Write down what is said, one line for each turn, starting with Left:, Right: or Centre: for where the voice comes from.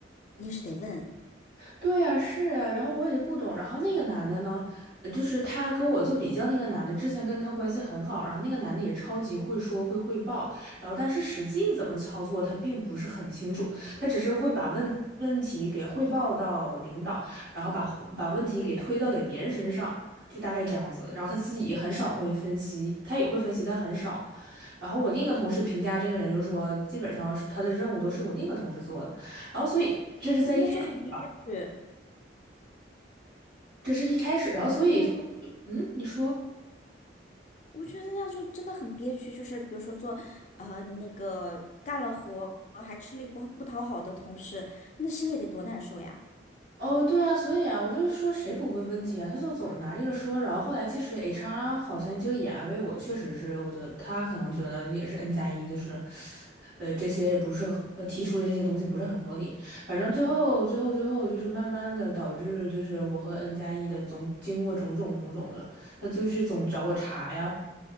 Left: 定是得问。
Right: 对呀，是呀，然后我也不懂，然后那个男的呢，呃就是他跟我做比较，那个男的之前跟他关系很好，然后那个男的也超级会说会汇报，然后但是实际怎么操作他并不是很清楚，他只是会把问问题给汇报到领导，然后把把问题给推到给别人身上，就大概这样子，然后他自己也很少会分析，他也会分析，但很少。然后我另一个同事评价这个人就是说，基本上是他的任务都是我另一个同事做的，然后所以这是在一开始。
Left: 那就很憋屈，
Right: 吧。这是一开始，然后所以就，
Left: 那样就
Right: 嗯，你说，
Left: 我觉得那样就真的很憋屈。就是比如说做，呃，那个干了活还吃力不不讨好的同事，那心里得多难受呀。
Right: 哦，对啊，所以啊，我就是说谁不问问题啊，他就总拿这个说，然后后来其实 HR 好像就也安慰我，确实是，我觉得他可能觉得也是 N 加一，就是，呃，这些也不是，呃，提出的这些东西不是很合理，反正最后最后最后就是慢慢的导致就是我和 N 加一的总经过种种种种的，他就是总找我茬呀，